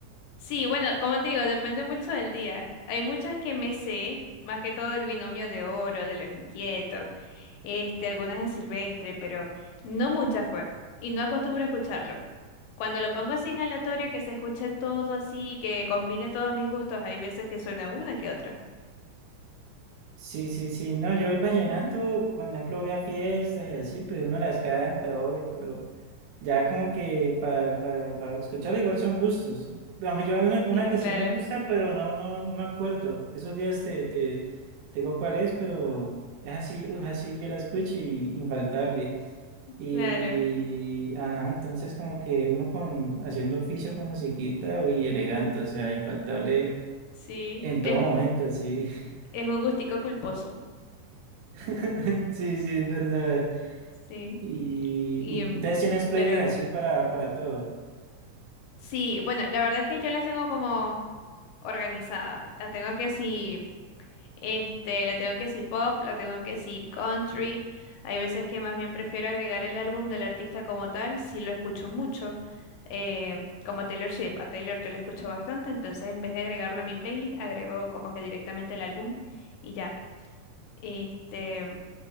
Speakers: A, on the left (about 85°); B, on the right (about 80°).
A: Sí, bueno, como te digo, depende mucho del día. Hay muchas que me sé, más que todo el binomio de oro, de los inquietos, este, algunas de Silvestre, pero no muchas pues, y no acostumbro a escucharlo. Cuando lo pongo así en aleatorio, que se escuche todo así, que combine todos mis gustos, hay veces que suena una que otra.
B: Sí, sí, sí, no, yo el vallenato,
A: Ujú.
B: cuando ejemplo voy a fiestas y así, pues uno las canta, obvio, pero... Ya como que para, para, para escucharla igual son gustos. Aunque yo hay una,
A: Sí,
B: una que
A: claro,
B: sí me gusta, pero no, no, no me acuerdo. Esos días te, te, te digo cuál es, pero es así, uf, así yo la escucho y infaltable. Y
A: claro,
B: ajá, entonces como que uno con haciendo oficio con musiquita y elegante, o sea, infaltable
A: sí.
B: en
A: Es,
B: todo momento, sí.
A: Es un gustico culposo.
B: <laughs> Sí, sí, es verdad.
A: Sí.
B: Y,
A: Y,
B: y
A: em,
B: entonces tienes playlists
A: pero
B: así para, para todo.
A: sí, bueno, la verdad es que yo las tengo como organizadas. La tengo que si, este, la tengo que si pop, la tengo que si country. Hay veces que más bien prefiero agregar el álbum del artista como tal, si lo escucho mucho. eh, como Taylor Swift, a Taylor yo la escucho bastante, entonces en vez de agregarlo a mi playlist, agrego como que directamente el álbum y ya. Este,